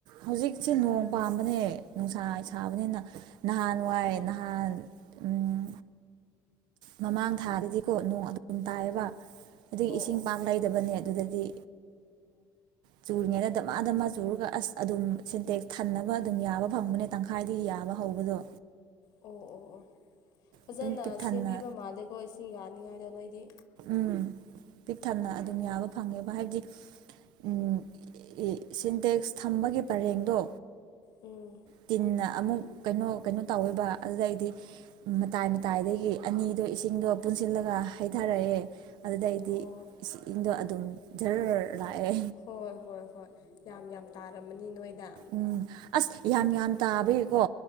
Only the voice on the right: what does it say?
ꯍꯧꯖꯤꯛꯁꯦ ꯅꯣꯡ ꯄꯥꯝꯕꯅꯦ ꯅꯨꯡꯁꯥ ꯁꯥꯕꯅꯤꯅ ꯅꯍꯥꯟꯋꯥꯏ
ꯅꯍꯥꯟ ꯎꯝ ꯃꯃꯥꯡ ꯊꯥꯗꯗꯤꯀꯣ ꯅꯣꯡ ꯑꯗꯨ__ ꯎꯝ ꯇꯥꯏꯌꯦꯕ ꯑꯗꯨꯒꯤ
ꯏꯁꯤꯡ
ꯄꯥꯛ ꯂꯩꯗꯕꯅꯦ ꯑꯗꯨꯗꯗꯤ ꯆꯨꯔꯤꯉꯩꯗ ꯗ
ꯃꯥ ꯗ ꯃꯥ ꯆꯨꯔꯒ ꯑꯁ ꯑꯗꯨꯝ ꯁꯦꯟꯇꯦꯛ ꯊꯟꯅꯕ ꯑꯗꯨꯝ ꯌꯥꯕ ꯐꯪꯕꯅꯦ ꯇꯪꯈꯥ__ ꯈꯥꯏꯗꯤ ꯌꯥꯕ ꯍꯧꯕꯗꯣ
ꯑꯗꯨꯝ ꯄꯤꯛ ꯊꯟꯅ
ꯎꯝ ꯄꯤꯛ ꯊꯟꯅ ꯑꯗꯨꯝ
ꯌꯥꯕ ꯐꯪꯉꯦꯕ ꯍꯥꯏꯕꯗꯤ ꯎꯝ ꯏ ꯁꯤꯟꯇꯦꯛꯁ ꯊꯝꯕꯒꯤ ꯄꯔꯦꯡꯗꯣ
ꯇꯤꯟꯅ ꯑꯃꯨꯛ ꯀꯩꯅꯣ ꯀꯩꯅꯣ ꯇꯧꯋꯦꯕ ꯑꯗꯨꯗꯩꯗꯤ ꯃꯇꯥꯏ ꯃꯇꯥꯏꯗꯒꯤ ꯑꯅꯤꯗꯣ ꯏꯁꯤꯡꯗꯣ ꯄꯨꯟꯁꯤꯜꯂꯒ ꯍꯥꯏꯠ__ ꯊꯥꯔꯛꯑꯦ ꯑꯗꯨꯗꯩꯗꯤ
ꯏꯁꯤꯡ ꯗꯣ ꯑꯗꯨꯝ ꯖꯔ ꯂꯥꯛꯑꯦ
ꯎꯝ ꯑꯁ ꯌꯥꯝ ꯌꯥꯝ ꯇꯥꯕꯒꯤꯀꯣ